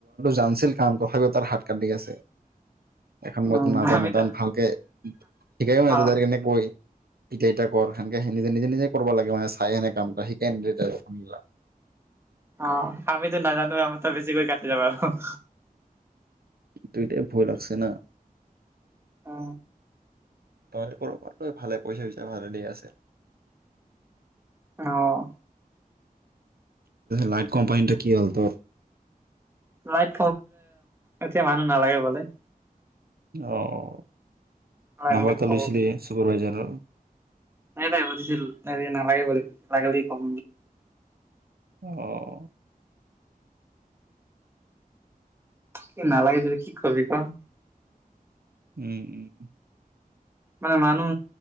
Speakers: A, on the right (about 85°); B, on the right (about 15°).
A: জানছিল কাম তথাপিও তাৰ হাত কাটি গিছে। এখন মইতো
B: উম
A: নাজানো
B: আমিতো
A: তাৰমান ভালকে শিকাইও নাই
B: অ
A: তাৰ কেনেকৈ ইতা ইতা কৰ সেনেকে স নিজে নিজে নিজে কৰিব লাগে মানে চাই সেনে কামটা শিকাই নিদে কাইও
B: আহ আমিতো নাজানো আমাৰ তো বেছিকৈ কাটি যাবা আৰু
A: উইটাই ভয় লাগছে ন
B: অ
A: ত কৰ ভালে কৰিছা পইচা পচা ভালে দি আছে
B: অহ
A: লাইট কোম্পানীটো কি হল, অ
B: লাইট এতিয়া মানুহ নালাগে বোলে
A: অহঁ
B: লাগিলে
A: নম্বৰটা
B: কব
A: লৈছিলে চুপাৰভাইজাৰৰ
B: নাই নাই বুজিছিল নালাগে লাগিলি কম
A: অঁ
B: কি নালাগে যদি কি কবি ক
A: উম উম
B: মানে মানুহ